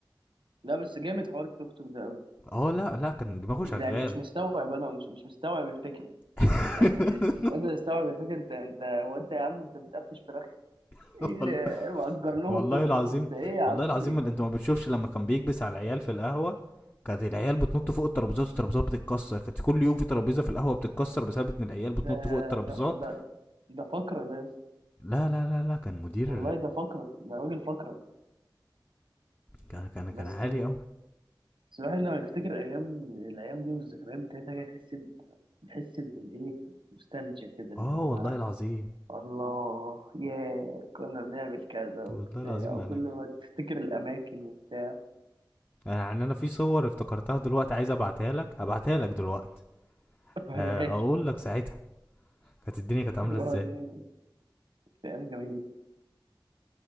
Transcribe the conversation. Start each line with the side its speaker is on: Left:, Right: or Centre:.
Right: لا بس جامد حوار التوك توك ده قوي
Left: اه لا لا كان دماغه
Right: يعني
Left: شغاله
Right: مش مستوعب انا مش مش مستوعب الفكره
Left: <laughs>
Right: يعني مش مش قادر استوعب الفكره انت انت هو انت يا عم انت بتقفش فراخ
Left: <applause>
Right: ايه اللي
Left: والله
Right: مأجر لهم
Left: والله
Right: توك
Left: العظيم
Right: توك وبتاع ايه يا عم
Left: والله العظيم
Right: في ايه
Left: ما انت ما بتشوفش لما كان بيكبس على العيال في القهوة كانت العيال بتنط
Right: مم.
Left: فوق الترابيزات والترابيزات بتتكسر كانت كل يوم في ترابيزة في القهوة بتتكسر بسبب ان العيال بتنط
Right: ده
Left: فوق الترابيزات
Right: ده ده ده فقره ده يا اسطى.
Left: لا لا لا لا كان مدير
Right: والله ده فقره ده راجل فقره
Left: كان كان كان
Right: بس
Left: عالي قوي
Right: بس الواحد لما يفتكر ايام الايام دي والذكريات بتاعتها كده يحس ب- بيحس بالايه بنوستالجيا كده اللي
Left: اه
Right: هو
Left: والله العظيم
Right: الله ياه كنا بنعمل كذا وبتاع
Left: والله العظيم
Right: وكل
Left: انا
Right: ما تفتكر الأماكن وبتاع
Left: انا يعني انا في صور افتكرتها دلوقتي عايز ابعتها لك هبعتها لك دلوقتي
Right: <laughs> وريهالي
Left: آه، اقول لك ساعتها كانت الدنيا كانت عاملة
Right: ابقى
Left: ازاي
Right: وريهالي كانت أيام جميلة